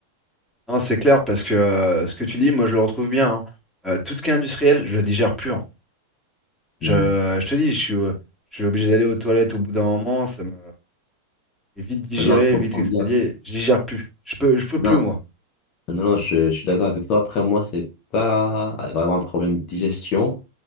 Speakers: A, in the centre; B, on the left.
A: Non, c'est clair parce que euh, ce que tu dis, moi, je le retrouve bien. hein. Euh, tout ce qui est industriel, je le digère plus. en fait. Je,
B: Hmm.
A: je te dis, je suis, euh, je suis obligé d'aller aux toilettes au bout d'un moment. Ça me c'est vite digéré,
B: Ah Non, je comprends
A: vite expédié.
B: bien.
A: Je digère plus. Je peux, je peux
B: Non,
A: plus, moi.
B: non, non, je, je suis d'accord avec toi. Après, moi, c'est pas vraiment un problème de digestion,